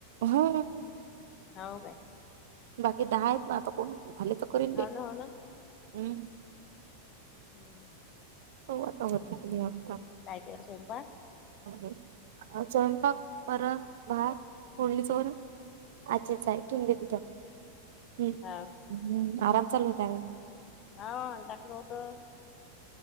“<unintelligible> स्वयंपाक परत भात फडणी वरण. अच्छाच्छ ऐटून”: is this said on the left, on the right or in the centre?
Right